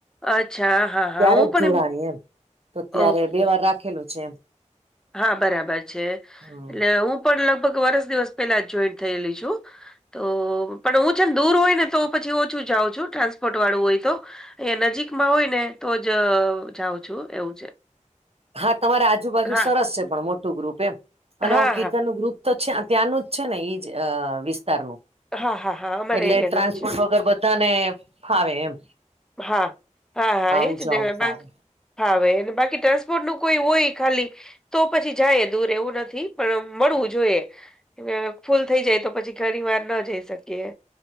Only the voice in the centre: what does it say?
અચ્છા, હા, હા.
હું
પણ
ઓકે.
હા બરાબર છે
એટલે હું પણ લગભગ વરસ દિવસ પેલા જોઈન થયેલી છું. તો પણ હું છે ને દૂર હોય ને તો પછી ઓછું જાઉં છું ટ્રાન્સપોર્ટ વાળું હોય તો એ નજીકમાં હોય ને તો જ જાઉં છું એવું છે.
હા.
હા,
હા.
હા, હા, હા. અમારા
એરિયાનો
જ છે.
હા હા હા
એજ
ને
બાકી હવે બાકી ટ્રાન્સપોર્ટ નું કોઈ હોઈ ખાલી તો પછી જાય દૂર એવું નથી પણ મળવું જોઈએ. ફૂલ થઈ જાય તો પછી ઘણી વાર ન જઈ શકીએ.